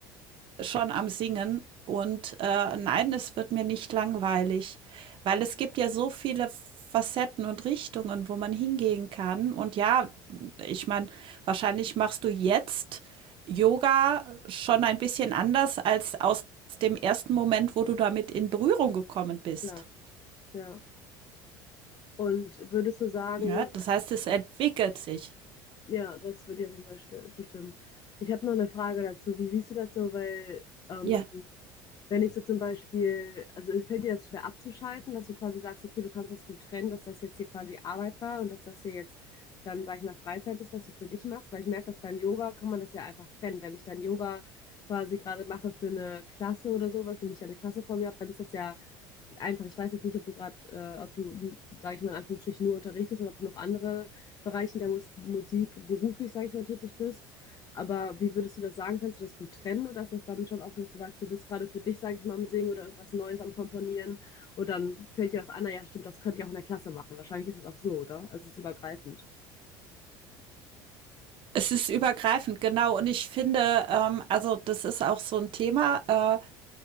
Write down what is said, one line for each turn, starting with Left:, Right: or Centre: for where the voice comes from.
Right: schon am Singen. Und äh, nein, es wird mir nicht langweilig, weil es gibt ja so viele Facetten und Richtungen, wo man hingehen kann. Und ja, ich meine, wahrscheinlich machst du jetzt Yoga schon ein bisschen anders als aus dem ersten Moment, wo du damit in Berührung gekommen bist.
Left: Klar, ja. Und würdest du sagen,
Right: Ja, das heißt, es entwickelt sich.
Left: ja, das würde ich auf jeden Fall sti- zustimmen. Ich habe noch eine Frage dazu. Wie siehst du das so? Weil ähm,
Right: Ja,
Left: Wenn ich so zum Beispiel, also fällt dir das schwer abzuschalten, dass du quasi sagst, okay, du kannst das gut trennen, dass das jetzt hier quasi Arbeit war und dass das hier jetzt dann, sag ich mal, Freizeit ist, was du für dich machst, weil ich merke, dass beim Yoga kann man das ja einfach trennen. Wenn ich dann Yoga quasi gerade mache für eine Klasse oder so was, wenn ich ja eine Klasse vor mir habe, dann ist das ja einfach, ich weiß jetzt nicht, ob du gerade, äh, ob du, sage ich mal in Anführungsstrichen, nur unterrichtest oder ob du noch andere Bereiche der Mus Musik beruflich, sage ich mal, tätig bist. Aber wie würdest du das sagen? Kannst du das gut trennen oder ist das dann schon auch so, dass du sagst, du bist gerade für dich, sage ich mal, am Singen oder irgendwas Neues am Komponieren und dann fällt dir was an, na ja, stimmt, das könnte ich auch in der Klasse machen. Wahrscheinlich ist es auch so, oder? Also es ist übergreifend.
Right: es ist übergreifend, genau. Und ich finde, ähm, also das ist auch so ein Thema. Äh,